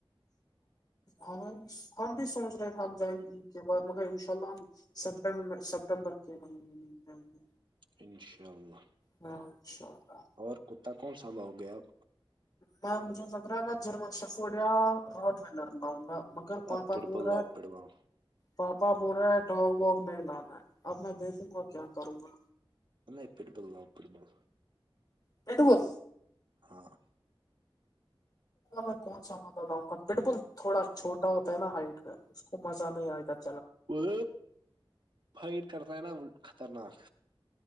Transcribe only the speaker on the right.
انشاء اللہ
اور کتا کون سال لاوگے اب
اب پٹ
بل
لاؤ
پٹ بال
نہیں پٹ بول لاؤ پٹ بول
ہاں
وہ فائٹ کرتا ہے نا وہ خطرناک